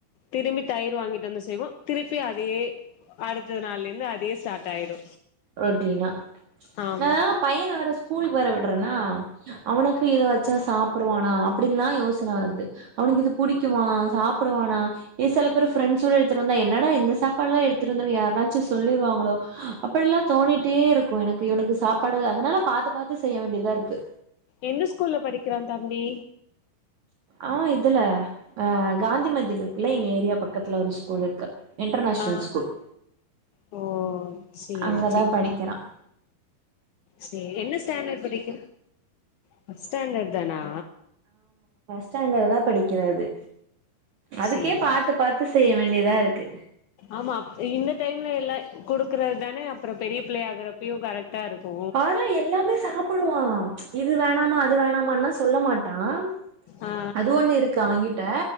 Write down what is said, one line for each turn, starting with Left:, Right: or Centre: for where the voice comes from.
Left: திரும்பி தயிர் வாங்கிட்டு வந்து செய்வோ திருப்பி அதே அடுத்த நாள்ளிந்து அதே ஸ்டார்ட் ஆயிடு
Right: ரொட்டீனா
Left: ஆமா
Right: நா பையன வேற ஸ்கூலுக்கு வர விட்றன்னா அவனுக்கு இத வெச்சா சாப்புடுவானா அப்பிடின்னுல்லா யோசன வருது அவனுக்கு இது புடிக்குமா சாப்புடுவானா ஏ சில பேரு ஃப்ரெண்ஸ்ரொல் எடுத்துட்டு வந்தா என்னடா இந்த சாப்பா எல்லா எடுத்துட்டு வந்தனு யாராச்சு சொல்லி ர்வாங்களோ அப்பெல்லா தோணிட்டே இருக்கு எனக்கு இவனுக்கு சாப்பாடு அதுனால பாத்து பாத்து செய்ய வேண்டிதா இருக்கு
Left: எந்த ஸ்கூல்ல படிக்கிறான் தம்பி
Right: ஆ இதுல அ காந்தி மந்திர் இருக்குல்ல எங்க ஏரியா பக்கத்துல ஒரு ஸ் கூல் இருக்கு இன்டர்நேஷ்னல்
Left: ஆ
Right: ஸ்கூல்
Left: ஓ சேரி
Right: அங்கதா படிக்கெறான்
Left: சேன்னு ஸ்டாண்டர்ட் படிக்க ஃபஸ் ஸ்டாண்டர்ட் தானா
Right: ஃபஸ் ஸ்டாண்டர்ட் தா படிக்கறது அதுக்கே
Left: சேரி
Right: பாத்து பாத்து செய்ய வேண்டியதா இருக்கு
Left: ஆமா அப் இந்த டைம்ல எல்லா குடுக்குறது தானே அப்பறொப் பெரிய புள்ளை ஆகறப்பையு கர ட்டா இருக்கு
Right: ஆனா எல்லாமே சாப்புடுவான் இது வேணாமா அது வேணாமான்ல்லா சொல்ல மா டான்‌
Left: ஆ
Right: அது ஒண்ணு இருக்கு அவங்கிட்ட